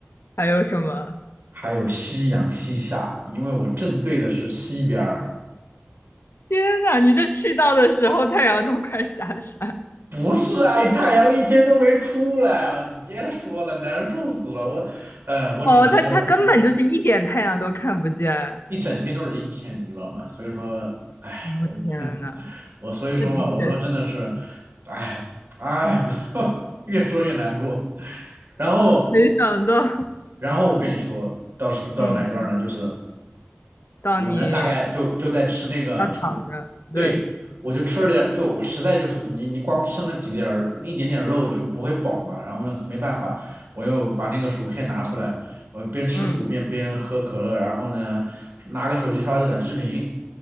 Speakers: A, on the left; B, on the right.
A: 还有什么？
B: 还有夕阳西下，因为我正对的是西边儿。
A: 天呐，你这去到的时候太阳都快下山
B: 不是啊，太阳一天都没出来，你别说了，难受死了。我，呃，我只能就是
A: 哦，它它根本就是一点太阳都看不见。
B: 一整天都是阴天，你知道吗？所以说，哎，我
A: 我、天呐！
B: <laughs> 我所以说嘛，
A: 那的确，
B: 我说真的是，哎哎，我 <laughs> 越说越难过。然后
A: 没想到，
B: 然后我跟你说到什到哪一段呢？
A: 嗯，
B: 就是
A: 当你
B: 我呢大概就就在吃那个薯，
A: 要躺着，
B: 对，
A: 对，
B: 我就吃了点儿就我实在就是你你光吃那几点儿一点点肉就不会饱嘛，然后呢没办法，我又把那个薯片拿出来，我边吃薯片边喝可乐，
A: 嗯，
B: 然后呢拿个手机刷了个短视频，